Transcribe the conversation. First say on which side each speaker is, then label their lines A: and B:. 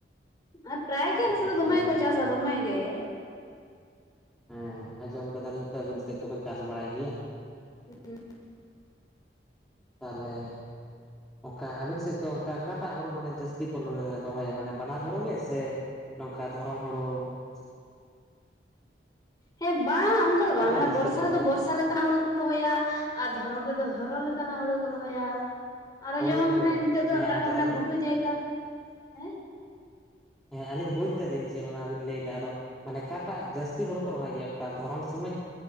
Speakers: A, on the left; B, in the centre.
A: ᱟᱨ ᱯᱨᱟᱭ ᱜᱮ ᱟᱞ ᱥᱮᱫ
B: ᱱᱟᱯᱟᱭ
A: ᱫᱚ ᱫᱚᱢᱮ ᱜᱮᱠᱚ ᱪᱟᱥᱟ ᱫᱚᱢᱮ ᱜᱮ ᱾
B: ᱦᱮᱸ ᱟᱸᱡᱚᱢ ᱠᱟᱫᱟᱞᱤᱧ ᱛᱚ ᱟᱵᱤᱱ ᱥᱮᱫ ᱫᱚ ᱠᱚ ᱪᱟᱥ ᱵᱟᱲᱟᱭ ᱜᱮᱭᱟ ᱾
A: ᱦᱮᱸ <unintelligible>
B: ᱛᱟᱦᱚᱞᱮᱼᱼ ᱚᱱᱠᱟ ᱟᱵᱤᱱ ᱥᱮᱫ ᱫᱚ ᱚᱱᱠᱟ ᱚᱠᱟᱴᱟᱜ ᱦᱩᱲᱩ ᱢᱟᱱᱮ ᱡᱟᱹᱥᱛᱤ ᱠᱚ ᱨᱚᱦᱚᱭᱟ ᱢᱟᱱᱮ ᱵᱟᱱᱟᱨ ᱦᱩᱲᱩ ᱜᱮ ᱥᱮᱼᱼ ᱱᱚᱝᱠᱟ ᱫᱷᱚᱨᱚᱱ ᱦᱩᱲᱩ ᱾
A: ᱦᱮᱸ ᱵᱟᱝ ᱚᱱᱠᱟ ᱫᱚ
B: ᱚᱠᱟᱴᱟᱜ
A: ᱵᱟᱝ ᱢᱟᱱᱮ
B: ᱡᱟᱹᱥᱛᱤ
A: ᱵᱚᱨᱥᱟ
B: ᱠᱚ
A: ᱨᱮᱫᱚ
B: ᱨᱚᱦᱚᱭᱟ
A: ᱵᱚᱨᱥᱟ ᱞᱮᱠᱼᱼ ᱞᱮᱠᱟᱱᱟᱜ ᱦᱩᱲᱩ ᱠᱚ ᱨᱚᱦᱚᱭᱟ ᱟᱨ ᱫᱷᱚᱨᱚᱱ ᱨᱮᱫᱚ ᱫᱷᱚᱨᱚᱱ ᱞᱮᱠᱟᱱᱟᱜ ᱦᱩᱲᱩ ᱠᱚ ᱨᱚᱦᱚᱭᱟ ᱟᱨᱦᱚ
B: ᱦᱳᱭ
A: ᱡᱮᱢᱚᱱ
B: ᱦᱳᱭ
A: ᱦᱟᱱᱮ ᱱᱤᱛᱚᱜ ᱫᱚ
B: ᱦᱮᱸ
A: ᱟᱨᱚ
B: ᱟᱫᱚ
A: ᱦᱟᱱᱮ
B: ᱟᱹᱞᱤᱧ
A: ᱜᱷᱩᱴᱩ ᱡᱟᱭᱜᱟ ᱦᱮᱸᱼᱼ
B: ᱦᱮᱸ ᱟᱹᱞᱤᱧ ᱵᱩᱡ ᱫᱟᱞᱤᱧ ᱡᱮ ᱚᱱᱟ ᱵᱤᱱ ᱞᱟᱹᱭ ᱮᱫᱟ ᱟᱫᱚᱼᱼ ᱢᱟᱱᱮ ᱚᱠᱟᱴᱟᱜ ᱡᱟᱹᱥᱛᱤ ᱦᱩᱲᱩ ᱠᱚ ᱨᱚᱦᱚᱭ ᱜᱮᱭᱟ ᱚᱱᱠᱟ ᱫᱷᱚᱨᱚᱱ ᱥᱚᱢᱚᱭ